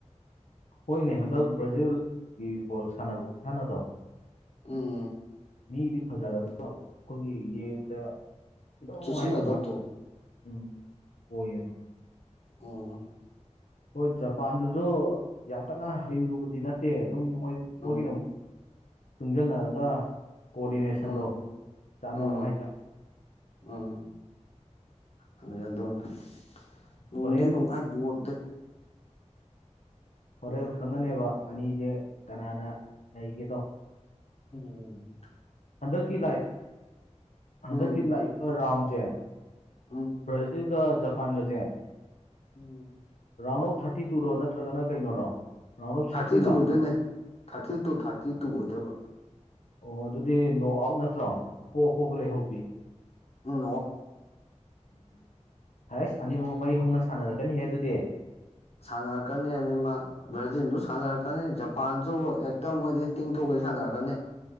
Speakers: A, on the left; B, on the left.
A: ꯍꯣꯏꯅꯦ ꯍꯟꯗꯛ ꯕ꯭ꯔꯥꯖꯤꯜꯒꯤ ꯕꯣꯜ ꯁꯥꯟꯅꯕ ꯈꯨꯠꯁꯥꯟꯅꯗꯣ
B: ꯎꯝ
A: ꯃꯤꯗꯤ ꯐꯖꯔꯒ ꯑꯩꯈꯣꯏꯒꯤ ꯌꯦꯡꯕ꯭ꯔꯦ ꯗꯣꯛ ꯅꯨꯡꯉꯥꯏꯇꯕ
B: ꯆꯨꯁꯟꯅꯗꯕꯗꯣ
A: ꯎꯝ ꯑꯣꯏꯌꯦꯕ
B: ꯎꯝ
A: ꯍꯣꯏ ꯖꯄꯥꯟꯗꯨꯁꯨ ꯌꯥꯝ ꯀꯟꯅ ꯍꯩꯔꯨꯕꯗꯤ ꯅꯠꯇꯦ ꯑꯗꯨꯝ ꯃꯣꯏ
B: ꯎꯝ
A: ꯃꯣꯏꯒꯤꯅ ꯑꯃꯛ ꯇꯨꯡꯁꯤꯟꯅꯔꯒ ꯀꯣꯑꯣꯗꯤꯅꯦꯁꯟꯗꯣ
B: ꯎꯝ
A: ꯆꯥꯟꯅꯕ
B: ꯎꯝ
A: ꯍꯥꯏꯇꯥꯔꯦ
B: ꯎꯝ ꯑꯗꯨ ꯑ ꯑꯗꯨ ꯅꯅꯨꯡꯗꯤ
A: ꯍꯣꯔꯦꯟ
B: ꯅꯅꯨꯡꯥꯏ ꯠ
A: ꯍꯣꯇꯦꯜ ꯈꯪꯉꯅꯦꯕ ꯑꯅꯤꯁꯦ ꯀꯅꯥꯅ ꯂꯩꯒꯦꯗꯣ
B: ꯍ
A: ꯍꯟꯗꯛꯀꯤ ꯂꯥꯏ ꯍꯟꯗꯛꯀꯤ
B: ꯎꯝ
A: ꯂꯥꯏꯄ ꯔꯥꯎꯟ ꯁꯦ
B: ꯎꯝ
A: ꯕ꯭ꯔꯥꯖꯤꯜꯒ ꯖꯄꯥꯟꯒꯁꯦ
B: ꯎꯝ
A: ꯔꯥꯎꯟ ꯑꯣꯐ ꯊꯥꯔꯇꯤ ꯇꯨꯔꯣ ꯅꯠꯇ꯭ꯔꯒꯅ ꯀꯩꯅꯣꯔꯣ ꯔꯥꯎꯟ ꯑꯣꯐ
B: ꯊꯥꯔꯇꯤ
A: ꯁꯤꯛꯁꯇꯤꯟꯂꯣ
B: ꯇꯨ ꯑꯣꯏꯗꯣꯏꯅꯦ ꯊꯥꯔꯇꯤ ꯇꯨ ꯊꯥꯔꯇꯤ ꯇꯨ ꯑꯣꯏꯗꯕ
A: ꯑꯣ ꯑꯗꯨꯗꯤ ꯅꯣ ꯑꯥꯎꯠ ꯅꯠꯇ꯭ꯔꯣ ꯑꯄꯣ ꯑꯄꯣꯄ ꯂꯩꯍꯧꯕꯤ
B: ꯅ
A: ꯍꯁ ꯑꯅꯤꯃꯛ ꯃꯩ ꯍꯧꯅ ꯁꯥꯟꯅꯔꯛꯀꯅꯤꯍꯦ ꯑꯗꯨꯗꯤ
B: ꯁꯥꯟꯅꯔꯛꯀꯅꯤ ꯑꯅꯤꯃꯛ ꯕ꯭ꯔꯥꯖꯤꯟꯗꯨ ꯁꯥꯟꯅꯔꯛꯀꯅꯤ ꯖꯄꯥꯟꯁꯨ ꯍꯦꯛꯇ ꯃꯣꯏꯗꯤ ꯇꯤꯡꯊꯣꯛ ꯄꯩꯁꯥꯅꯒꯅꯦ